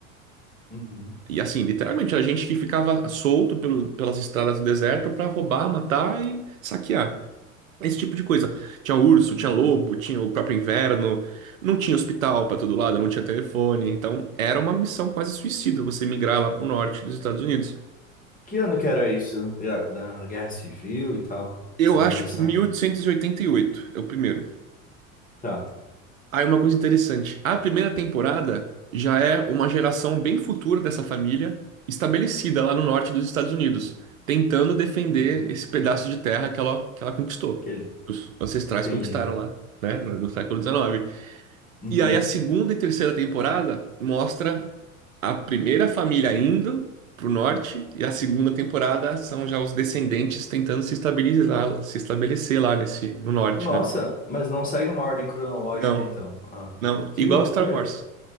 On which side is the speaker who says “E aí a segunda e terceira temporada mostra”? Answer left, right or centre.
Right